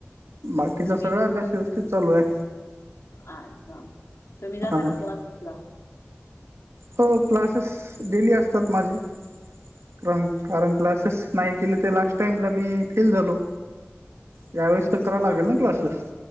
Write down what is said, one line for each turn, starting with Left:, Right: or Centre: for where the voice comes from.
Right: बाकीचा
Left: नवीन
Right: सगळा अभ्यास व्यवस्थित चालू आहे.
Left: अच्छा तुम्ही जाता
Right: हां
Left: का क्लासेस ला?
Right: हो क्लासेस डेली असतात माझी कारण, कारण क्लासेस
Left: बर बर
Right: नाही केले तर लास्ट टाईम ला मी फेल झालो. यावेेळेस
Left: अच्छा
Right: तर कराव लागेल ना क्लासेस.